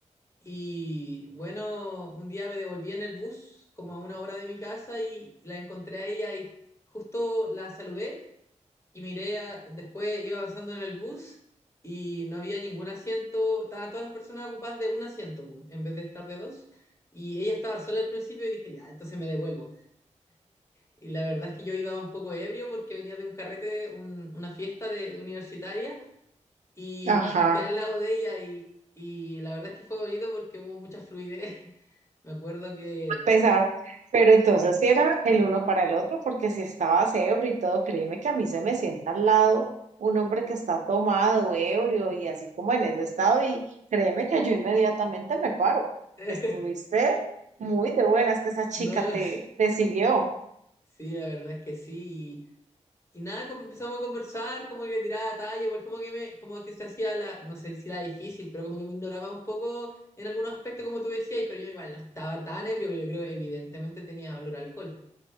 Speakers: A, on the left; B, on the right.
A: y bueno, un día me devolví en el bus como a una hora de mi casa y la encontré a ella y justo la saludé y miré, a- después iba avanzando en el bus y no había ningún asiento, estaban todas las personas ocupadas de un asiento, po, en vez de estar de dos. Y ella estaba sola al principio y dije, ya, entonces me devuelvo. Y la verdad es que yo iba un poco ebrio porque venía de un carrete, un- una fiesta de, universitaria, y
B: Ajá,
A: me senté al lado de ella y, y la verdad es que fue bonito porque hubo mucha fluidez. <laughs> Me acuerdo que...
B: pesar. Pero entonces sí era el uno para el otro, porque si estaba ebrio y todo, créeme que a mí se me sienta al lado un hombre que está tomado, ebrio y así como en ese estado, y créeme que yo inmediatamente me paro.
A: <laughs>
B: Estuviste muy de buenas que esa chica
A: No,
B: te, te siguió.
A: sí, la verdad es que sí. Y nada, como empezamos a conversar, como que tiraba talla, igual como que me, como que se hacía la, no sé si la difícil, pero como que me ignoraba un poco en algunos aspectos, como tú decías, pero yo igual no estaba tan ebrio, pero yo creo evidentemente tenía olor a alcohol.